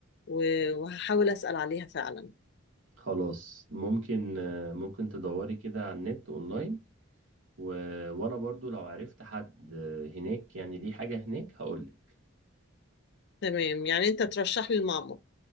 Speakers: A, on the left; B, on the right.
A: و- وهحاول اسأل عليها فعلا
B: خلاص ممكن آه، ممكن تدوري كده على النت أونلاين و... وأنا برضو لو عرفت حد آه، هناك يعني ليه حاجة هناك هقولك
A: تمام يعني انت ترشح لي المعمور